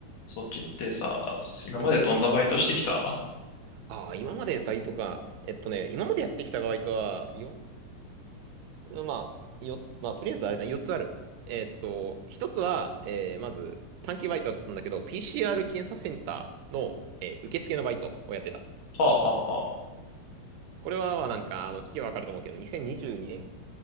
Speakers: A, on the left (about 60°); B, on the right (about 80°).
A: そっちってさ、今までどんなバイトしてきたは
B: うん。ああ、今までバイトか。えっとね、今までやってきたバイトは、よ、まあ、よ、まあ、とりあえずあれだね、4つある。えっと、1つは、えーまず、短期バイトだったんだけど、PCR 検査センターの、えー受付のバイトをやってた。
A: あはあはあ。
B: これは、まあ、なんか、あの、聞けばわかると思うけど、2022年